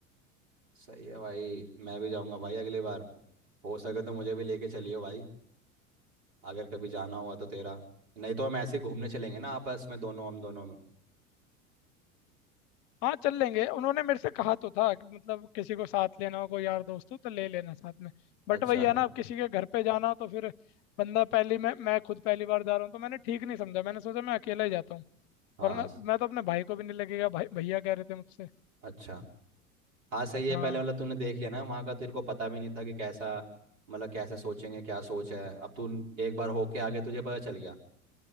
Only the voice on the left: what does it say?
हाँ चल लेंगे उन्होंने मेरे से कहा तो था कि मतलब किसी को साथ लेना हो कोई यार दोस्त हो तो ले लेना साथ में बट
वही है ना अब किसी के घर पे जाना हो तो फिर बंदा पहली मैं मैं खुद पहली बार जा रहा हूँ तो मैंने ठीक नहीं समझा मैंने सोचा मैं अकेला ही जाता हूँ
वरना मैं तो अपने भाई को भी नहीं लगेगा भाई भैया कह रहे थे मुझसे
हाँ